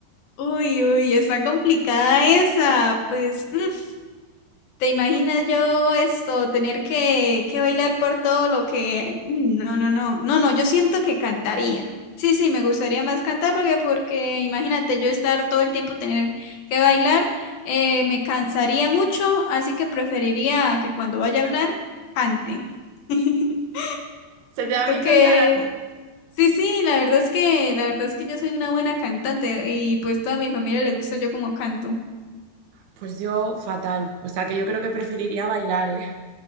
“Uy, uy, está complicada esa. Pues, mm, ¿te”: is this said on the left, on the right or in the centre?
Left